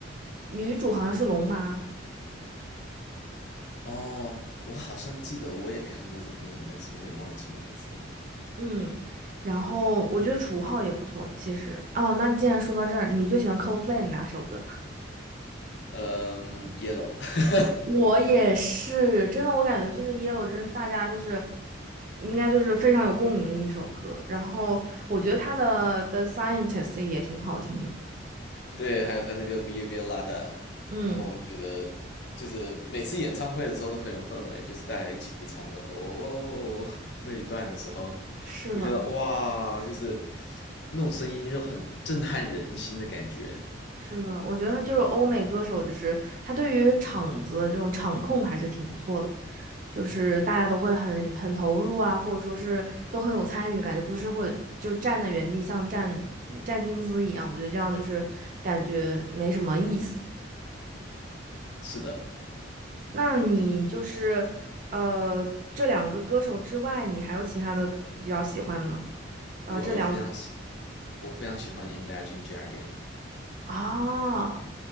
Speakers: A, on the right; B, on the left.
A: 女主好像是龙妈，
B: 哦，我好像记得我也看过这部电影，但是我也忘记名字了。
A: 嗯，然后我觉得楚浩也不错，其实。哦，那既然说到这儿，你最喜欢 Coldplay 哪首歌？
B: 嗯，Yellow，<laughs>
A: 我也是，真的，我感觉就是 Yellow 真的是大家就是应该就是非常有共鸣的一首歌。然后我觉得他的 The Scientist 也挺好听的。
B: 对，还有他那个 v i Via l a 的，
A: 嗯，
B: 然后我觉得就是每次演唱会的时候都很有氛围，就是大家一起唱那个哦哦哦哦哦那一段的时候，
A: 是的。
B: 我觉得哇，就是那种声音就很震撼人心的感觉。
A: 是的，我觉得他就是欧美歌手，就是他对于场子这种场控还是挺不错的，就是大家都会很很投入啊，或者说是都很有参与，感觉不是会就站在原地像站站军姿一样，我觉得这样就是感觉没什么意思。
B: 是的，
A: 那你就是呃这两个歌手之外，你还有其他的比较喜欢的吗？啊，
B: 我非常喜
A: 这两
B: 我非常喜欢 Imagine Dragon，
A: 啊，